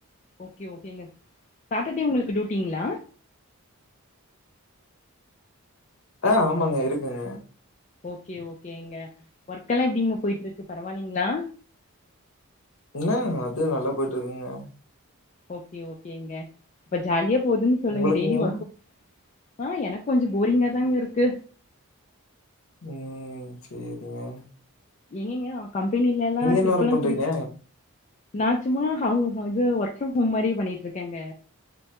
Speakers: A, on the left; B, on the left.
A: ஓகே ஓகேங்க சாட்டடே உங்களுக்கு டூட்டிங்ளா
B: ஆ ஆமாங்க இருக்குங்க
A: ஓகே ஓகேங்க வர்க்கல்லா எப்டிங்க போயிட்ருக்கு பரவால்லிங்ளா
B: இன்னாங்க அது நல்லா போய்ட்ருக்குங்க
A: ஓகே ஓகேங்க இப்ப ஜாலியா போதுன் சொல்லுங்க
B: உங்களுக்குங்க
A: டெய்லி வர்க்கு ஆ எனக்கு கொஞ்சோ போரிங்கா தாங் இருக்கு
B: உம் ச்சேரிங்க
A: எங்கெங்க கம்பெனிலல்லா
B: என்ன
A: ட்ரிப்பல்லா
B: ஒர்க் பண்றீங்க
A: கூட்டிட் நா ச்சும்மா ஹவ் ஹது ஒர்க்ஃப்ரம் ஹோம் மாரி பண்ணிட்ருக்கேங்க